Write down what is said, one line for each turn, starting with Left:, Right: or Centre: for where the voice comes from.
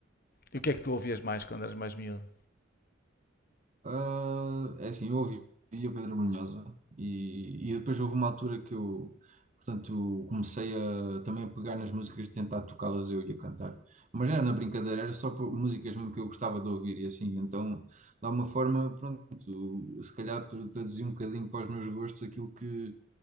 Left: E o que é que tu ouvias mais quando eras mais miúdo?
Right: Ah, é assim, eu ouvi o Pedro Brunhosa e, e depois houve uma altura que eu, portanto, comecei a também a pegar nas músicas, e tentar tocá-las eu e a cantar. Mas era na brincadeira, era só por músicas mesmo que eu gostava de ouvir e assim, então, de alguma forma, pronto, se calhar tra- traduzi um bocadinho para os meus gostos aquilo que,